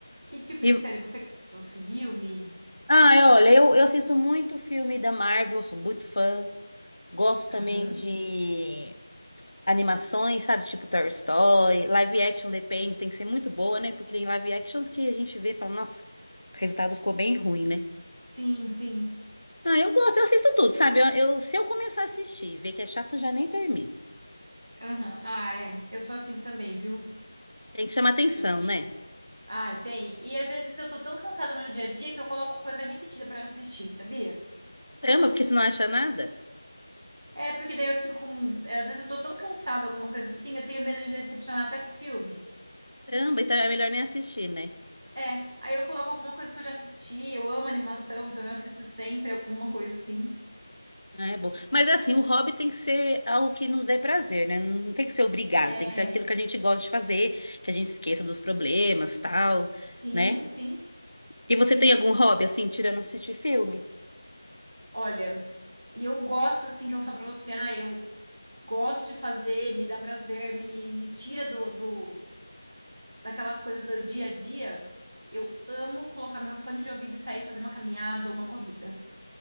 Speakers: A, on the right; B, on the left.
A: Que tipo
B: E,
A: de série você gosta? O filme?
B: ah, olha, eu, eu assisto muito filme da Marvel, sou muito fã. Gosto
A: Aham.
B: também de animações, sabe? Tipo Toy Story, live action depende, tem que ser muito boa, né? Porque tem live actions que a gente vê e fala, nossa, o resultado ficou bem ruim, né?
A: Sim, sim.
B: Ah, eu gosto, eu assisto tudo, sabe? Eu, eu- se eu começar a assistir e ver que é chato, eu já nem termino.
A: Aham. Ah, é. Eu sou assim também, viu?
B: Tem que chamar atenção,
A: Eu tô-
B: né?
A: Ai, tem. E às vezes eu tô tão cansada no dia a dia que eu coloco coisa repetida pra assistir, sabia?
B: Caramba, porque se não acha nada,
A: É, porque daí eu fico com. é, Às vezes eu tô tão cansada, alguma coisa assim, eu tenho medo de decepcionar até com o filme.
B: caramba, então é melhor nem assistir, né?
A: É, aí eu coloco alguma coisa que eu já assisti, eu amo animação, então eu assisto sempre alguma coisa assim.
B: Ah, é bom. Mas assim, o hobby tem que ser algo que nos dê prazer, né? Não tem que ser obrigado,
A: É,
B: tem que ser aquilo que a gente gosta de fazer, que a gente esqueça dos problemas, tal,
A: sim,
B: né?
A: sim,
B: E você
A: sim.
B: tem algum hobby assim, tirando assistir filme?
A: Olha, e eu gosto assim que eu falo pra você, ah, eu gosto de fazer, me dá prazer, me, me tira do, do, daquela coisa do dia a dia, eu amo colocar meu fone de ouvido e sair fazer uma caminhada ou uma corrida.